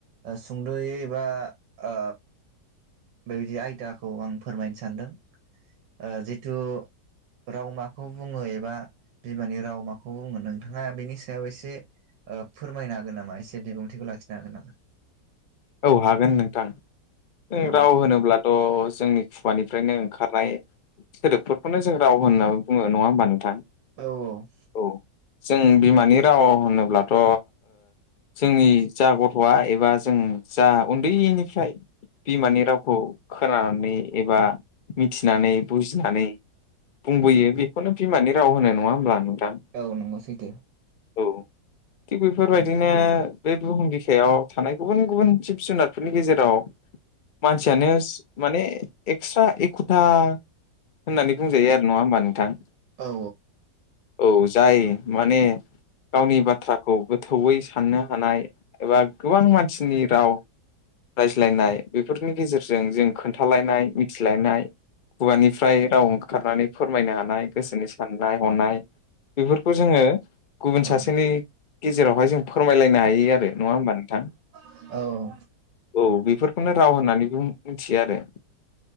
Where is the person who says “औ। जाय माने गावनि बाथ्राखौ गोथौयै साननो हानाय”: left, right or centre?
Left